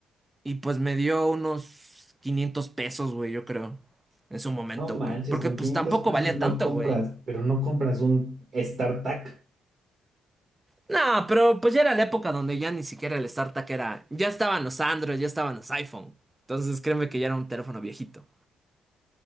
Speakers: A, on the right; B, on the right.
A: Y pues me dio unos 500 pesos, güey, yo creo. En su momento,
B: No manches,
A: güey. Porque
B: con
A: pues
B: 500
A: tampoco
B: pesos
A: valía
B: no
A: tanto,
B: compras,
A: güey.
B: pero no compras un StarTAC.
A: No, pero pues ya era la época donde ya ni siquiera el StarTAC era... Ya estaban los Android, ya estaban los iPhone. Entonces créeme que ya era un teléfono viejito.